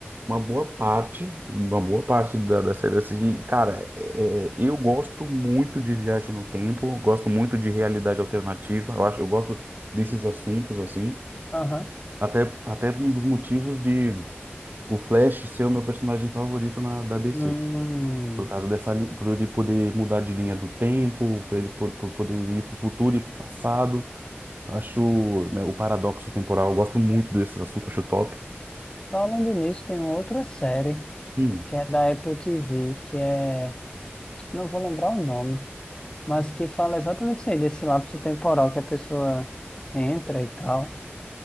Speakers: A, on the right; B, on the left.
A: uma boa parte, uma boa parte da, da série. Eu Assisti, cara, é, é, eu gosto muito de viagem no tempo, gosto muito de realidade alternativa. Eu acho, eu gosto desses assuntos assim.
B: Aham.
A: Até, até um dos motivos de o Flash ser o meu personagem favorito na, da DC.
B: Hum.
A: Por causa dessa, li- por ele poder mudar de linha do tempo, por ele po- por poder ir para o futuro e pro passado. Acho, né, o paradoxo temporal, eu gosto muito desses assuntos, acho top.
B: Falando nisso, tem outra série.
A: Hum,
B: que é da Apple TV, que é, não vou lembrar o nome, mas que fala exatamente isso aí, desse lapso temporal que a pessoa entra e tal.